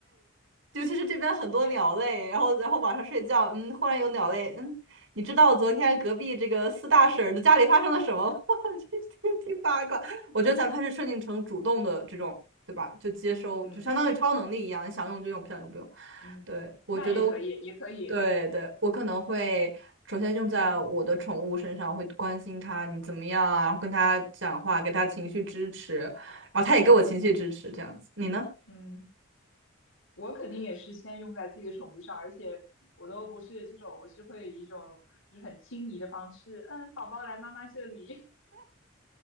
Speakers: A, on the right (about 70°); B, on the left (about 75°).
A: 尤其是这边很多鸟类，
B: 也
A: 然后然后晚上睡觉，嗯，忽然有鸟类，嗯，你知道昨天隔壁这个四大婶儿的家里发生了什么吗？<laughs> 这听八卦，我觉得咱们还是设定成主动的这种，对吧？就接收，
B: 嗯
A: 就相当于超能力一样，你想用就用，不想用不用。
B: 嗯，
A: 对，我觉得我
B: 那也可以，也可以，
A: 对对，我可能会首先用在我的宠物身上，
B: 嗯。
A: 会关心它你怎么样啊，跟它讲话，给它情绪支持，然后它也给我情绪支持，
B: 嗯
A: 这样子。你呢？
B: 嗯，我肯定也是先用在自己的宠物上，而且我都不是这种，我是会以一种就是很轻昵的方式，嗯，宝宝来妈妈这里，